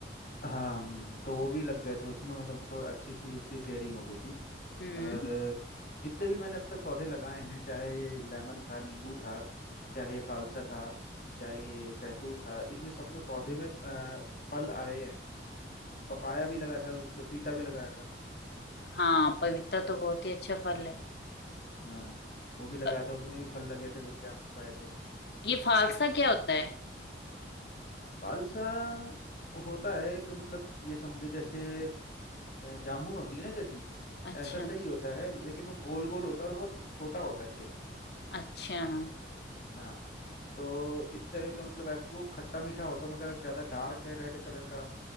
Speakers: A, on the left (about 50°); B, on the left (about 65°).
A: हाँ हाँ, तो वो भी लग गए थे उसमें मतलब थोड़ा अच्छी सी उसकी केयरिंग हो गई थी
B: हम्म
A: और अ, जितने भी मैंने अब तक पौधे लगाए हैं चाहे ये लेमन था नींबू था चाहे ये फालसा था चाहे ये शहतूत था इनमें सब में पौधे में अ, फल आए हैं पपाया भी लगाया था पपीता भी लगाया था
B: हाँ पपीता तो बहुत ही अच्छा फल है
A: हाँ वो भी लगाया
B: अ,
A: था उसमें भी फल लगे थे बढ़िया मस्त आए थे
B: ये फालसा क्या होता है
A: पालसा होता है एक मतलब ये समझो जैसे अ, जामुन होती है ना जैसी
B: अच्छा
A: ऐसा सही होता है लेकिन वो गोल गोल होता है और बहुत छोटा होता है शेप में
B: अच्छा हम्म
A: हाँ तो इस तरह का मतलब ऐसा वो खट्टा मीठा होता है मगर ज्यादा डार्क है रेड कलर का